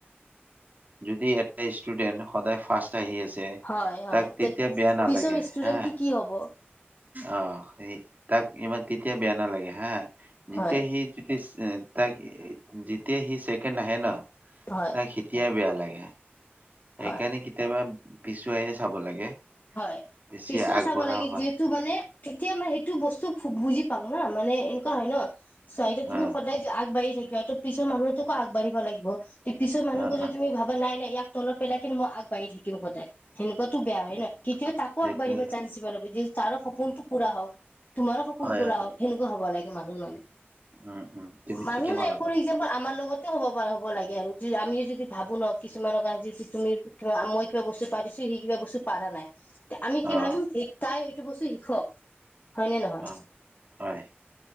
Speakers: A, on the right; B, on the left.
A: যদি এটা ষ্টুডেট সদায় ফাৰ্ষ্ট - আহি আছে,
B: হয়, হয়,
A: তাক তেতিয়া
B: তে
A: বেয়া নালাগে
B: পিছৰ ষ্টুডেন্টটো
A: হা-
B: কি হ'ব?
A: অঁ, সেই তাক ইমান তেতিয়া বেয়া নালাগে হা যেতিয়া
B: হয়,
A: সি- ইটিজ য়া তাক যেতিয়া সি চেকেণ্ড আহে ন,
B: হয়,
A: তাক- তেতিয়াই বেয়া লাগে সেইকাৰণে
B: হয়,
A: কেতিয়াবা পিছুৱাই চাব লাগে।
B: হয়,
A: বেছি
B: পিছুৱাই
A: আগবঢ়া
B: চাব লাগে
A: হোৱা
B: যিহেতু- টো মানে তেতিয়া মানে সেইটো বস্তু বুজি পাব মানে এনেকুৱা ন। চোৱা এতিয়া তুমি
A: অ
B: সদায় আগবাঢ়ি থাকিবা আৰু ত পিছৰ মানুহতোকো আগবাঢ়িব লাগিব। পিছৰ মানুহক
A: অ',
B: যদি
A: অ',
B: তুমি ভাবা নাই নাইয়াক তলত পেলাই কিন্ত আগবঢ়ি থাকম সদায় সেনেকুৱাো বেয়া হয়
A: অ',
B: নয়। <inaudible> পিছৰ মানুহক যদি পিছৰ মানুহবোৰো তুমি ভাবা নাই না ইয়াক তলত পেলাই কেনি মই আগবাঢ়ি থাকিম সদায়, সেনেকুৱা বেয়া হয় ন। কেতিয়া তাকো
A: সেইটো
B: আগবাঢ়িবা চানঞ্চ লাগিব, যে তাৰো সপোনটো পুৰা হওঁক। তোমাৰো সপোন
A: হয়,
B: পোৱা হওঁক, সেনেকুৱা হ'ব লাগে মানুহ মানে।
A: উম, উম, তুমি
B: মানুহ
A: ঠিকে ক'লা
B: নাই ফুৰি
A: কথা
B: যাম। আমাৰ লগতে হ'ব পা হ'ব লাগে আৰু আমিও যদি ভাবো ন কিছুমানক আজি যদি তুমি - কিবা মই কিবা বস্তু পাৰিছো, সি কিবা বচি পাৰা নাই। আমি কি
A: অ',
B: ভাবিম এই তাই এইটো বস্তু শিকক, হয়নে নহয়?
A: অ'। হয়,